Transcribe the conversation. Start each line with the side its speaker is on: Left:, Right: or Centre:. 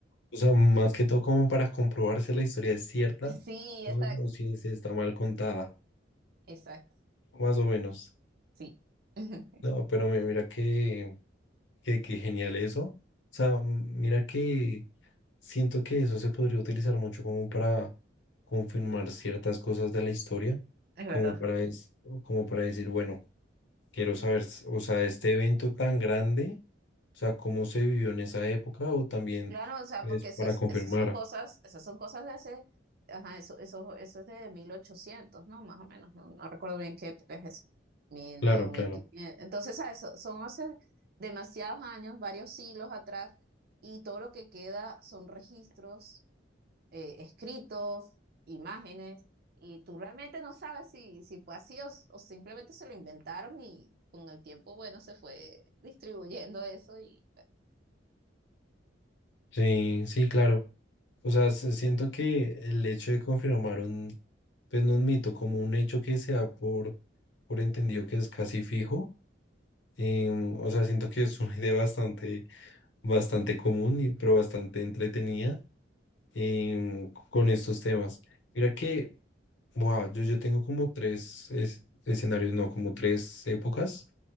Left: o sea, más que todo como para comprobar si la historia es cierta
Right: <laughs> Sí,
Left: o,
Right: exacto,
Left: o si se está mal contada,
Right: exacto,
Left: más o menos.
Right: sí, <laughs> es
Left: No, pero mi- mira que, que, que genial eso. O sea, mira que Siento que eso se podría utilizar mucho como para confirmar ciertas cosas de la historia,
Right: verdad.
Left: como para, es- como para decir, bueno, quiero saber, s- o sea, este evento tan grande, o sea, cómo se vivió en esa época, o también
Right: Claro, o sea,
Left: es
Right: porque esas
Left: para confirmar.
Right: esas son cosas, esas son cosas de hace, ajá, eso, eso, eso es de 1800, ¿no? Más o menos, no, no recuerdo bien qué época es eso, mil
Left: Claro,
Right: o mil
Left: claro.
Right: quinientos. Entonces, ¿sabes? So- Son hace demasiados años, varios siglos atrás, y todo lo que queda son registros, eh, escritos, imágenes, y tú realmente no sabes si, si fue así o, o simplemente se lo inventaron y con el tiempo, bueno, se fue distribuyendo eso y...
Left: Sí, sí, claro. O sea, se- siento que el hecho de confirmar un, pues no un mito, como un hecho que se da por, por entendido que es casi fijo, em, o sea, siento que es una idea bastante bastante común, y- pero bastante entretenida em, con estos temas. Mira que, buah, yo, yo tengo como tres es- escenarios, no, como tres épocas.